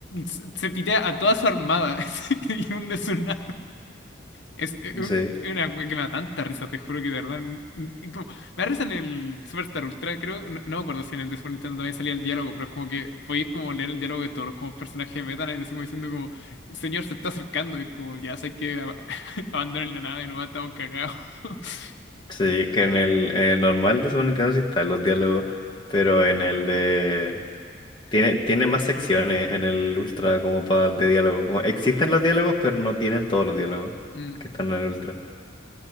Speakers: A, on the left; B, on the left.
A: Se se pitea a toda su armada <laughs> y hunde su nave. Es eh, un-
B: Sí,
A: una wea que me da tanta risa, te juro que de verdad. n- n- y como- me da risa en el Superstar Ultra, creo. No, no me acuerdo si en el de Super Nintendo también salía el diálogo, pero es como que podéis como leer el diálogo de todos los como personajes de Meta Knight, así como diciendo como. Señor, se está acercando, es como, ya sé que ab- <laughs> abandonen la nave, nomás estamos cagados. <laughs>
B: sí, que en el, en el normal de Super Nintendo sí están los diálogos, pero en el de... Tiene, tiene más secciones en el Ultra como para de diálogo. Como existen los diálogos, pero no tienen todos los diálogos
A: Mm,
B: que están en el Ultra.